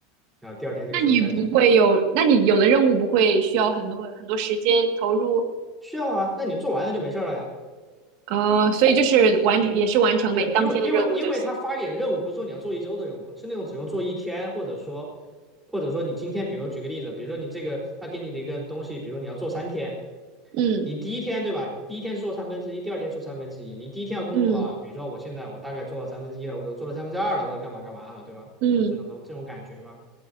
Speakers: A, in the centre; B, on the right.
A: 然后第二天这个时候再
B: 那你不会有，那你有的任务不会需要很多很多时间投入？
A: 需要啊，那你做完了就没事儿了呀。
B: 哦，所以就是完成，也是完成每当天的任务就行。
A: 对，因为因为因为他发一点任务不是说你要做一周的任务，是那种只用做一天，或者说或者说你今天，比如举个例子，比如说你这个他给你的一个东西，比如你要做三天。
B: 嗯
A: 你第一天对吧？你第一天做三分之一，第二天做三分之一。你第一天要公布啊，
B: 嗯
A: 比如说我现在我大概做了三分之一了，我者做了三分之二了，或者干嘛干嘛了，对吧？
B: 嗯，
A: 就这种东这种感觉吧。